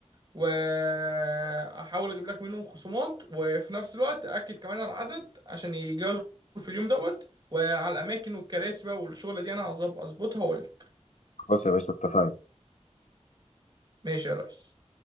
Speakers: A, on the right; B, on the left.
A: واحاول اجيب لك منهم خصومات وفي نفس الوقت اكد كمان على العدد عشان يجازوا في اليوم دوت وعلى الاماكن والكراسي بقى والشغله دي انا هظب- هظبطها واقول لك
B: خلاص يا باشا اتفقنا
A: ماشي يا ريس